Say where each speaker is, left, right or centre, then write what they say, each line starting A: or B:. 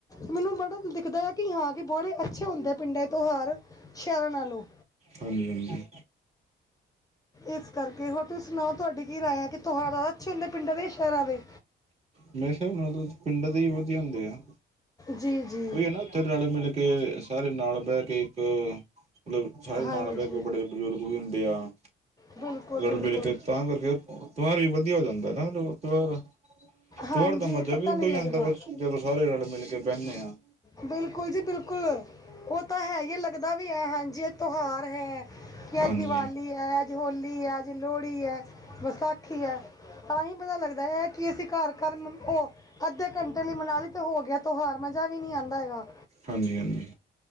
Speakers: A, on the left; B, on the right.
A: ਮੈਨੂੰ ਬੜਾ ਦਿਖਦਾ ਏ ਕਿ ਹਾਂ ਕਿ ਬੜੇ ਅੱਛੇ ਹੁੰਦੇ ਪਿੰਡਾਂ ਦੇ ਤਿਉਹਾਰ ਸ਼ਹਿਰਾਂ ਨਾਲੋਂ
B: ਹਾਂਜੀ, ਹਾਂਜੀ।
A: ਇਸ ਕਰਕੇ ਹੋਰ ਤੁਸੀਂ ਸੁਣਾਉ ਤੁਹਾਡੀ ਕੀ ਰਾਏ ਹੈ ਕਿ ਤਿਉਹਾਰ ਅੱਛੇ ਹੁੰਦੇ ਪਿੰਡਾਂ ਦੇ ਜਾਂ ਸ਼ਹਿਰਾਂ ਦੇ
B: ਮੇਰੇ ਹਿਸਾਬ ਨਾਲ ਪਿੰਡਾਂ ਦੇ ਈ ਵਧੀਆ ਹੁੰਦੇ ਆ
A: ਜੀ ਜੀ
B: ਉਹੀ ਏ ਨਾ ਉੱਥੇ ਰਲ-ਮਿਲ ਕੇ ਸਾਰੇ ਨਾਲ ਬਹਿ ਕੇ ਇੱਕ ਮਤਲਬ ਸਾਰੇ
A: ਹਾਂਜੀ
B: ਨਾਲ ਬਹਿ ਕੇ ਬੜੇ ਬਜ਼ੁਰਗ ਹੁੰਦੇ ਆ
A: ਬਿਲਕੁਲ
B: ਰਲ-ਮਿਲ
A: ਬਿਲਕੁਲ
B: ਕੇ ਤਾਂ ਕਰਕੇ ਤਿਉਹਾਰ ਵੀ ਵਧੀਆ ਹੋ ਜਾਂਦਾ ਨਾ ਮਤਲਬ ਤਿਉਹਾਰ।
A: ਹਾਂਜੀ
B: ਤਿਉਹਾਰ ਦਾ ਮਜ਼ਾ
A: ਪਤਾ
B: ਵੀ ਓਦੇਂ
A: ਨਹੀਂ ਲੱਗਦਾ
B: ਈ ਆਂਦੇ ਜਦੋਂ ਸਾਰੇ ਜਾਣੇ ਮਿਲ ਕੇ ਬਹਿਨੇ ਆ।
A: ਬਿਲਕੁਲ ਜੀ ਬਿਲਕੁਲ ਉਹ ਤਾਂ ਹੈ ਹੀ ਲੱਗਦਾ ਵੀ ਹੈ ਹਾਂਜੀ ਇਹ ਤਿਉਹਾਰ ਹੈ। ਕਿ
B: ਹਾਂਜੀ
A: ਅੱਜ ਦੀਵਾਲੀ ਏ ਅੱਜ ਹੋਲੀ ਏ ਅੱਜ ਲੋਹੜੀ ਏ ਵਿਸਾਖੀ ਏ ਤਾਂ ਹੀ ਪਤਾ ਲੱਗਦਾ ਹੈ ਕਿ ਅਸੀਂ ਘਰ ਘਰ ਮ ਉਹ ਅੱਧੇ ਘੰਟੇ ਲਈ ਮਨਾ‌ ਲੀ ਤੇ ਹੋ ਗਿਆ ਤਿਉਹਾਰ ਮਜ਼ਾ ਵੀ ਨ੍ਹੀਂ ਆਂਦਾ ਹੈਗਾ।
B: ਹਾਂਜੀ ਹਾਂਜੀ।